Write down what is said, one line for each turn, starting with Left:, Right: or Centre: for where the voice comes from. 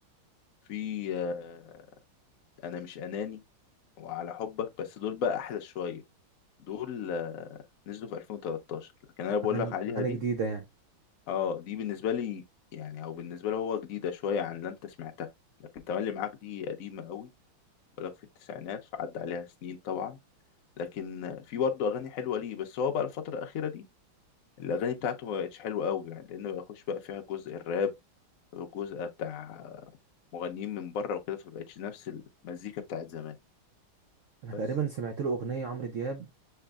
Left: في آه انا مش اناني وعلى حبك بس دول بقى احدث شويه دول آه نزلوا في 2013 لكن انا بقول
Right: اغاني
Left: لك عليها
Right: اغاني
Left: دي
Right: جديده يعني
Left: اه دي بالنسبه لي يعني او بالنسبه له هو جديده شويه عن اللي انت سمعتها لكن تملي معاك دي قديمه قوي بقول لك في التسعينات فعدى عليها سنين طبعا لكن آه، في برضه اغاني حلوه ليه بس هو بقى الفتره الاخيره دي الاغاني بتاعته ما بقتش حلوه قوي يعني لان بقى يخش بقى فيها جزء الراب الجزء بتاع مغنيين من بره وكده فبقتش نفس المزيكا بتاعت زمان
Right: انا
Left: بس
Right: تقريبا سمعت له اغنيه عمرو دياب